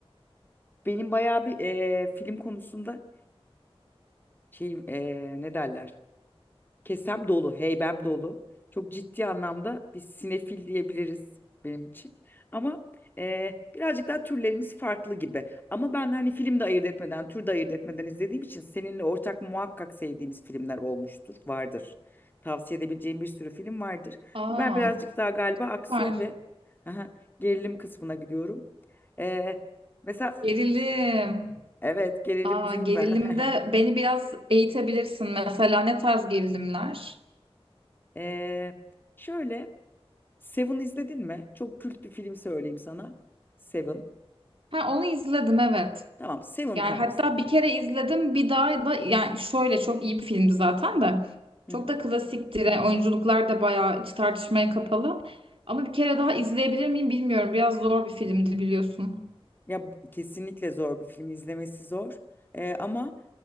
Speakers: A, on the left (about 20°); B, on the right (about 65°).
A: Benim bayağı bir e, film konusunda şeyim e, ne derler? Kesem dolu, heybem dolu. Çok ciddi anlamda bir sinefil diyebiliriz benim için. Ama e, birazcık daha türlerimiz farklı gibi. Ama ben hani film de ayırt etmeden, tür de ayırt etmeden izlediğim için seninle ortak muhakkak sevdiğimiz filmler olmuştur, vardır. Tavsiye edebileceğim bir sürü film vardır.
B: Aa
A: Ben birazcık daha galiba
B: süper.
A: aksiyon ve aha, gerilim kısmına gidiyorum. E, mesela
B: Gerilim.
A: evet gerilimciyim
B: Aa, gerilimde
A: ben.
B: beni biraz eğitebilirsin. Mesela ne tarz gerilimler?
A: <laughs> E, şöyle. Seven izledin mi? Çok kült bir film söyleyeyim sana. Seven.
B: Ha, onu izledim evet.
A: Tamam, Seven
B: Yani
A: tarzı.
B: hatta bir kere izledim bir daha da yani şöyle çok iyi bir filmdi zaten de.
A: Hı
B: Çok
A: hı.
B: da klasiktir. Yani oyunculuklar da bayağı hiç tartışmaya kapalı. Ama bir kere daha izleyebilir miyim bilmiyorum. Biraz zor bir filmdi biliyorsun.
A: Ya bu- kesinlikle zor bir film izlemesi zor. Ee, ama